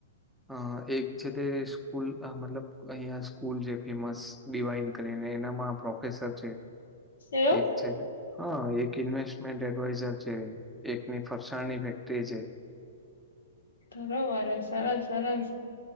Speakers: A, in the centre; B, on the left.
A: અ એક છે તે સ્કૂલ મતલબ અહિયાં સ્કૂલ છે. ફેમસ ડિવાઈન કરી એનામાં પ્રોફેસર છે.
B: એવું
A: એક છે હા એક ઇન્વેસ્ટમેન્ટ એડવાઈઝર છે. એકની ફરસાણની ફેક્ટરી છે.
B: બરોબર સરસ સરસ.